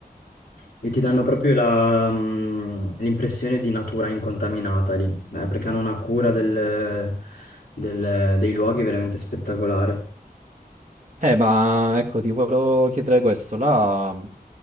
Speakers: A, on the left; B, on the right.
A: E ti danno proprio la, mm, l'impressione di natura incontaminata lì, eh, perché hanno una cura del- del- dei luoghi veramente spettacolare.
B: Eh, ma ecco, ti volevo chiedere questo, là mh,